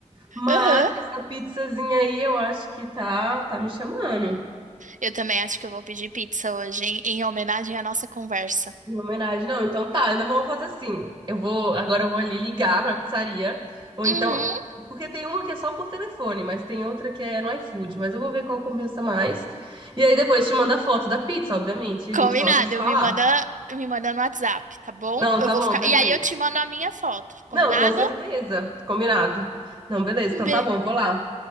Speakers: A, on the right; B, on the right.
A: Mas
B: Aham.
A: essa pizzazinha aí eu acho que tá, tá me chamando.
B: Eu também acho que eu vou pedir pizza hoje, em, em homenagem à nossa conversa.
A: Em homenagem, não. Então tá, ainda vamos fazer assim. Eu vou, agora eu vou ali ligar pra pizzaria. Ou
B: Uhum.
A: então, porque tem uma que é só por telefone, mas tem outra que é no iFood. Mas eu vou ver qual compensa mais. E aí depois te manda a foto da pizza, obviamente. e A
B: Combinado,
A: gente volta a se
B: eu
A: falar.
B: me manda, me manda no WhatsApp, tá bom?
A: Não,
B: Eu
A: tá
B: vou
A: bom,
B: ficar.
A: perfeito.
B: E aí eu te mando a minha foto, combinado?
A: Não, com certeza. Combinado. Não, beleza. Então
B: Be...
A: tá bom, vou lá.